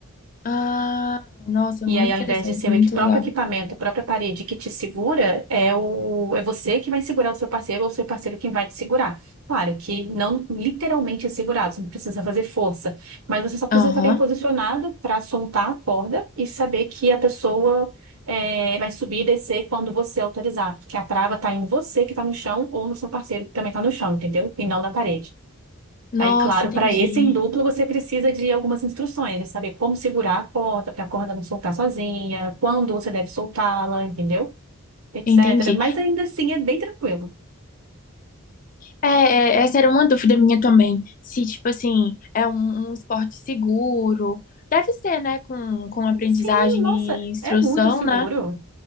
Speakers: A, on the left; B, on the right.
A: Ah, nossa,
B: E
A: muito
B: aí, ao
A: interessante,
B: invés de ser
A: muito
B: o equi- próprio
A: legal.
B: equipamento, a própria parede que te segura, é o, é você que vai segurar o seu parceiro ou o seu parceiro quem vai te segurar. Claro que não literalmente é segurar, você não precisa fazer força, mas você só precisa
A: Aham.
B: estar bem posicionado para soltar a corda e saber que a pessoa é, vai subir e descer quando você autorizar, porque a trava está em você que está no chão ou no seu parceiro que também está no chão, entendeu? E não na parede.
A: Nossa,
B: Aí, claro,
A: entendi.
B: para esse em dupla você precisa de algumas instruções, de saber como segurar a corda, para a corda não soltar sozinha, quando você deve soltá-la, entendeu? Etc.
A: Entendi.
B: Mas ainda assim é bem tranquilo.
A: É, é, essa era uma dúvida minha também. Se, tipo assim, é um, um esporte seguro. Deve ser, né? Com, com aprendizagem
B: Sim, nossa,
A: e instrução,
B: é muito seguro.
A: né?